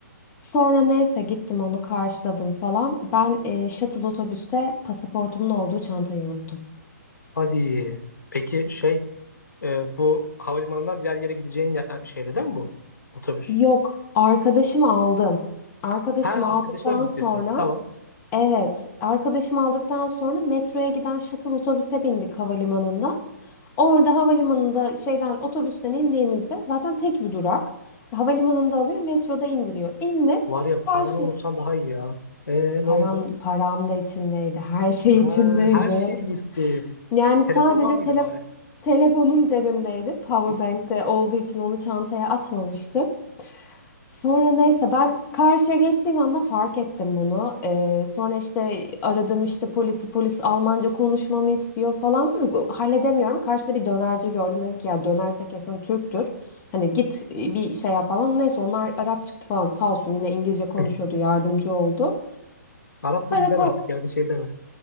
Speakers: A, on the left (about 25°); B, on the left (about 75°).
A: Sonra neyse gittim onu karşıladım falan. Ben e, shuttle otobüste pasaportumun olduğu çantayı unuttum.
B: Hadi. Peki şey Ee, bu havalimanından diğer yere gideceğin ya- e, şeyde değil mi bu? Otobüs.
A: Yok, arkadaşımı aldım. Arkadaşımı
B: Ha
A: aldıktan
B: arkadaşlar birliktesin.
A: sonra
B: Tamam.
A: evet, arkadaşımı aldıktan sonra metroya giden shuttle otobüse bindik havalimanından. Orada havalimanında şeyden otobüsten indiğimizde zaten tek bir durak. Havalimanında alıyor, metroda indiriyor. İndim.
B: Var ya paranı
A: Karşı
B: unutsan daha iyi ya. Ee,
A: Param,
B: ne oldu?
A: param da içindeydi. Her şey
B: Ha,
A: içindeydi.
B: her şey gitti.
A: Yani
B: Telefon
A: sadece
B: var mıydı
A: telef
B: bari?
A: telefonum cebimdeydi. Powerbank'te
B: İyi bari.
A: olduğu için onu çantaya atmamıştım. Sonra neyse ben karşıya geçtiğim anda fark ettim bunu. Ee, sonra işte aradım işte polisi polis Almanca konuşmamı istiyor falan. Bu- Halledemiyorum. Karşıda bir dönerci gördüm. Dedim ki ya dönerse kesin Türktür. Hani git e, bir şey yap falan. Neyse onlar Arap çıktı falan sağ olsun yine İngilizce konuşuyordu
B: <laughs>
A: yardımcı oldu.
B: Arap
A: Karakol
B: da bizden artık yani şey deme.